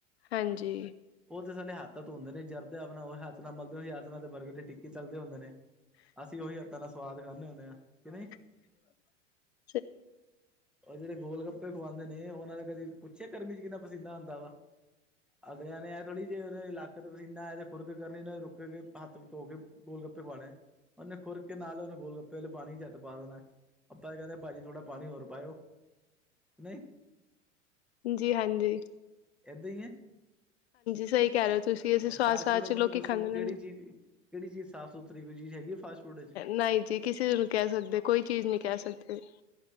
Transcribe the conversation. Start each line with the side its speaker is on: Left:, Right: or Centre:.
Left: ਹਾਂਜੀ
Centre: ਉਹ ਤਾ ਸਾਲੇ ਹੱਥ ਤਾ ਧੋਂਦੇ ਨੇ ਜਰਦੇ ਆਪਣਾ ਉਹ ਹੱਥ ਨਾਲ ਮਲਦੇ ਹੋ ਉਹੀ ਹੱਥ ਦੇ ਬਰਗਰ ਦੀ ਟਿੱਕੀ ਤਲਦੇ ਹੁੰਦੇ ਨੇ ਅਸੀਂ ਉਹੀ ਹੱਥਾਂ ਨਾਲ ਦਾ ਸਵਾਦ ਖਾਨੇ ਹੁੰਦੇ ਹਾ ਕਿ ਨਈ।
Left: <inaudible>
Centre: ਉਹ ਜਿਹੜੇ ਗੋਲ ਗੱਪੇ ਖੁਵਾਦੇ ਨੇ, ਉਹਨਾਂ ਦਾ ਕਦੀ ਪੁੱਛਿਆ ਗਰਮੀ ਚ ਕਿੰਨਾ ਪਸੀਨਾ ਆਦਾ ਵਾ ਅਗਲਿਆਂ ਨੇ ਇਹ ਥੋੜੀ ਜੀ ਉਹ ਲਾਕ ਪਸੀਨਾ ਆ ਤੇ ਖੁਰਕ ਕਰਨੀ ਉਹਨਾਂ ਨੇ ਰੁਕ ਕੇ ਹੱਥ ਧੋ ਕੇ ਗੋਲ ਗੱਪੇ ਖਵਾਣੇ ਉਹਨੇ ਖੁਰ ਕੇ ਨਾਲ ਉਹਨੇ ਗੋਲ ਗੱਪੇ ਵਾਲੇ ਪਾਣੀ ਚੱਤ ਪਾ ਦੇਣਾ, ਆਪਾਂ ਕਹਿੰਦੇ ਭਾਜੀ। ਥੋੜ੍ਹਾ ਪਾਣੀ ਹੋਰ ਪਾਇਓ ਨਹੀਂ,
Left: ਹਾਂਜੀ ਹਾਂਜੀ,
Centre: ਇਦਾਂ ਈ ਏ,
Left: ਸਹੀ ਕਹਿ ਰਹੇ ਹੋ ਤੁਸੀਂ ਅਸੀਂ ਸਵਾਦ
Centre: ਫਾਸਟ
Left: ਸਵਾਦ
Centre: ਫੂਡ
Left: ਚ
Centre: ਮੈਨੂੰ
Left: ਲੋਕੀ
Centre: ਦੱਸੋ,
Left: ਖਾਂਦੇ
Centre: ਕਿਹੜੀ
Left: ਰਹਿੰਦੇ
Centre: ਚੀਜ਼ ਕਿਹੜੀ ਚੀਜ਼ ਸਾਫ਼ ਸੁਥਰੀ ਕੋਈ ਚੀਜ਼ ਹੈਗੀ ਹੈ, ਫਾਸਟ ਫੂਡ ਚ,
Left: ਨਹੀਂ ਜੀ ਕਿਸੇ ਨੂੰ ਕਹਿ ਸਕਦੇ, ਕੋਈ ਚੀਜ਼ ਨਹੀਂ ਕਹਿ ਸਕਦੇ।